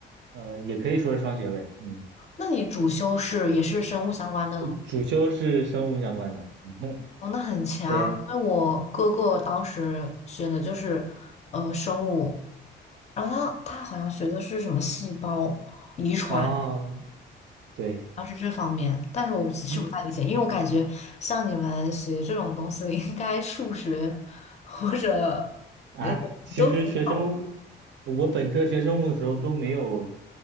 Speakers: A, on the right; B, on the left.
A: 呃，也可以说是双学位。嗯，
B: 那你主修是也是生物相关的喽？
A: 主修是生物相关的。<laughs>
B: 哦，那很强。
A: 对，
B: 因为我哥哥当时选的就是呃生物，然后他他好像学的是什么细胞遗传。
A: 哦，对，
B: 要是这方面，但是我其实不太理解，
A: 嗯
B: 因为我感觉像你们学这种东西的，应该数学或者那种都很好
A: 啊，其实学生物，我本科学生物的时候都没有，